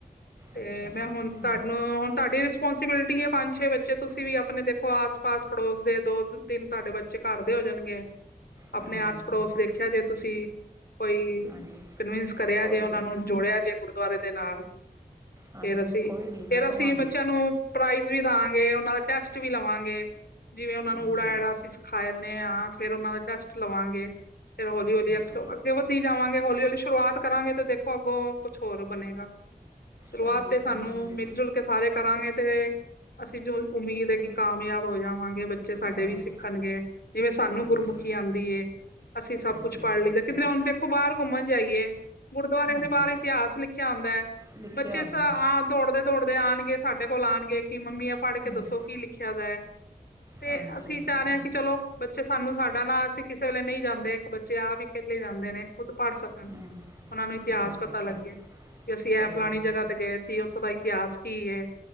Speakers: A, on the left; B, on the right.
A: ਤੇ
B: ਅੱਛਾ ਜੀ
A: ਮੈਂ ਹੁਣ
B: ਹੂੰ
A: ਤਾ ਹੁਣ ਤਾਡੀ ਰਿਸਪੋਂਸੀਬਿਲਿਟੀ ਏ ਪੰਜ-ਛੇ ਬੱਚੇ ਤੁਸੀਂ ਵੀ ਅਪਣੇ ਦੇਖੋ ਆਸ-ਪਾਸ ਪੜੋਸ ਦੇ ਦੋ ਤਿੰਨ ਤਾਡੇ ਬੱਚੇ ਕਾਰ ਦੇ ਹੋ ਜਣਗੇ।
B: ਹਾਂਜੀ
A: ਅਪਣੇ ਆਸ ਪੜੋਸ
B: ਹੂੰ
A: ਦੇਖਿਆ ਜੇ ਤੁਸੀਂ ਕੋਈ
B: ਹਾਂਜੀ
A: ਕਨਵਿੰਸ ਕਰਿਆ
B: ਕੋਈ
A: ਜੇ ਓਨਾਂ
B: ਨਹੀਂ
A: ਨੂੰ। ਜੋੜਿਆ ਜੇ ਗੁਰਦੁਆਰੇ ਦੇ ਨਾਲ।
B: ਹਾਂਜੀ
A: ਫੇਰ ਅਸੀਂ
B: ਹਾਂਜੀ ਕੋਈ ਨਹੀਂ ਮੈਂ।
A: ਫੇਰ
B: ਕਵਾਂਗੀ
A: ਅਸੀਂ ਬੱਚਿਆਂ ਨੂੰ ਪ੍ਰਾਈਜ਼ ਵੀ ਦਵਾਂਗੇ ਉਹਨਾਂ ਦਾ ਟੈਸਟ ਵੀ ਲਵਾਂਗੇ। ਜਿਵੇਂ ਉਹਨਾਂ
B: ਹਾਂਜੀ
A: ਨੂੰ ਊੜਾ ਆੜਾ ਅਸੀਂ ਸਿਖਾ ਜਾਨੇ ਹਾਂ ਫੇਰ ਅਸੀ ਉਹਨਾਂ ਦੇ ਟੈਸਟ ਲਵਾਂਗੇ। ਫਿਰ ਹੌਲੀ ਹੌਲੀ
B: ਹਾਂਜੀ
A: ਅੱਗੇ ਵੱਧੀ ਜਾਵਾਂਗੇ ਹੌਲੀ ਹੌਲੀ ਸ਼ੁਰੂਆਤ ਕਰਾਂਗੇ ਤੇ ਦੇਖੋ ਅੱਗੋਂ ਕੁਛ ਹੋਰ ਬਣੇਗਾ। ਸ਼ੁਰੂਆਤ
B: ਸਹੀ
A: ਤੇ ਸਾਨੂੰ
B: ਹੈ ਹਾਂਜੀ
A: ਮਿਲ ਜੁਲ ਕੇ ਸਾਰੇ ਕਰਾਂਗੇ ਤੇ। ਅਸੀਂ ਜੋ ਉਮੀਦ
B: ਹਾਂਜੀ
A: ਹੈ ਕਿ ਕਾਮਯਾਬ ਹੋ ਜਾਵਾਂਗੇ ਬੱਚੇ ਸਾਡੇ
B: ਆਵਾਂਗੇ
A: ਵੀ ਸਿੱਖਣਗੇ। ਜਿਵੇਂ ਸਾਨੂੰ
B: ਹਾਂਜੀ
A: ਗੁਰਮੁਖੀ ਆਉਂਦੀ ਹੈ ਅਸੀਂ ਸਭ
B: ਹਾਂਜੀ
A: ਕੁੱਛ ਪੜ੍ਹ
B: ਹਾਂਜੀ
A: ਲਈ
B: ਸਹੀ
A: ਤਾਂ ਕਿਧਰ ਉਂਦੇ। ਦੇਖੋ ਬਾਹਰ ਘੁੰਮਣ ਜਾਈਏ ਗੁਰਦੁਆਰਿਆਂ
B: ਹਾਂਜੀ
A: ਦੇ ਬਾਹਰ ਇਤਿਹਾਸ ਲਿਖਿਆ ਹੁੰਦਾ ਹੈ।
B: ਲਿਖਿਆ
A: ਬੱਚੇ
B: ਹੁੰਦਾ
A: ਸ ਹਾਂ ਦੌੜਦੇ ਦੌੜਦੇ ਆਉਣਗੇ ਸਾਡੇ ਕੋਲ ਆਉਣਗੇ ਕਿ ਮੰਮੀ ਇਹ ਪੜ੍ਹ ਕੇ
B: ਹੂੰ
A: ਦੱਸੋ ਕੀ ਲਿਖਿਆ ਦਾ। ਤੇ
B: ਹਾਂਜੀ
A: ਅਸੀਂ
B: ਹੂੰ
A: ਚਾਹ ਰਹੇ ਹਾਂ ਕਿ ਚਲੋ। ਬੱਚੇ ਸਾਨੂੰ ਸਾਡਾ ਨਾ ਅਸੀਂ ਕਿਸੇ ਵੇਲੇ ਨਹੀਂ ਜਾਂਦੇ ਇੱਕ ਬੱਚੇ ਆਪ ਵੀ ਇਕਹਿਲੇ ਜਾਂਦੇ ਨੇ ਖੁੱਦ ਪੜ੍ਹ ਸਕਣ।
B: ਹੂੰ,
A: ਉਹਨਾਂ ਨੂੰ ਇਤਿਹਾਸ
B: ਹਾਂਜੀ
A: ਪਤਾ
B: ਸਹੀ
A: ਲੱਗੇ ਵੀ ਅਸੀਂ
B: ਸਹੀ
A: ਇਹ ਫਲਾਣੀ
B: ਗੱਲ
A: ਜਗ੍ਹਾ
B: ਹੈ
A: ਤੇ ਗਏ ਸੀ ਉੱਥੋਂ ਦਾ ਇਤਿਹਾਸ ਕੀ ਹੈ।